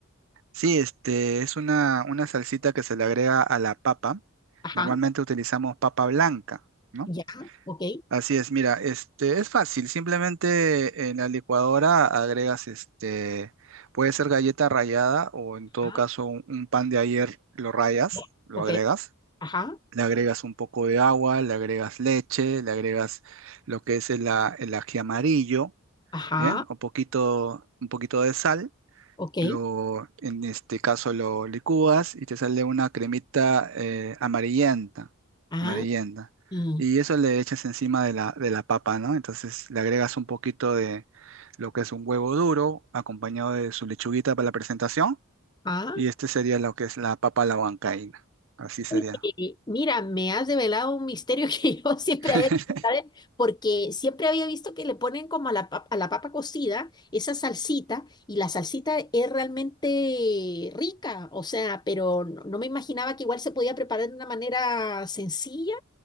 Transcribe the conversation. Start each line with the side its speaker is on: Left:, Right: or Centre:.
Right: Sí, este es una, una salsita que se le agrega a la papa.
Left: Ajá,
Right: Normalmente utilizamos papa blanca, ¿no?
Left: ya, ok,
Right: Así es, mira, este es fácil, simplemente en la licuadora agregas este, puede ser galleta rallada o en todo
Left: ah,
Right: caso un, un pan de ayer lo rayas,
Left: eh,
Right: lo
Left: ok,
Right: agregas,
Left: ajá,
Right: le agregas un poco de agua, le agregas leche, le agregas lo que es el, a- el ají amarillo,
Left: ajá,
Right: ¿bien? Un poquito, un poquito de sal
Left: ok,
Right: lo, en este caso lo licúas y te sale una cremita eh, amarillenta,
Left: ah,
Right: amarillenta.
Left: mm,
Right: Y eso le echas encima de la, de la papa, ¿no? Entonces le agregas un poquito de lo que es un huevo duro, acompañado de su lechuguita para la presentación.
Left: ah.
Right: Y este sería lo que es la papa a la huancaína. Así sería.
Left: Oye, Mira, me has develado un misterio <laughs> que yo siempre
Right: <laughs>
Left: había, ¿sabes? Porque siempre había visto que le ponen como a la, pap- a la papa cocida esa salsita y la salsita es realmente rica, o sea, pero no no me imaginaba que igual se podía preparar de una manera sencilla.